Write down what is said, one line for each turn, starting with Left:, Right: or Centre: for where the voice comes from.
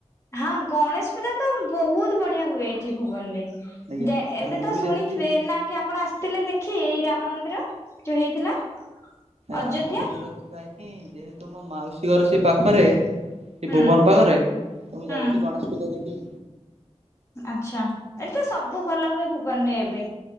Left: ହଁ ଗଣେଶ ପୂଜା ତ ବହୁତ ବଢିଆ ହୁଏ ଏଠି ଭୁବନ ରେ।
Right: ଆଜ୍ଞା।
Left: ଏବେ
Right: ଏ ମୁଁ
Left: ତ
Right: ବି
Left: ଶୁଣିଥିବେ
Right: ଯାଇଛି
Left: ନା ଆ ଆପଣ ଆସିଥିଲେ ଦେଖି ଏଇ ରାମ ମନ୍ଦିର ଯୋଉ ହେଇଥିଲା? ଅଯୋଧ୍ୟା
Right: ରାମ ମନ୍ଦିର ତ ଯାଇକି ଯେହେତୁ ମୋ ମାଉସୀ ଘର ସେ ପାଖରେ ସେ
Left: ହୁଁ
Right: ଭୁବନ ପାଖରେ, ମୁଁ
Left: ହୁଁ
Right: ଯାଇଛି ଗଣେଶ ପୂଜା ଦେଖି
Left: ଆଛା ଏଠି ତ ସବୁ ଭଲ ହୁଏ ଭୁବନରେ ଏବେ,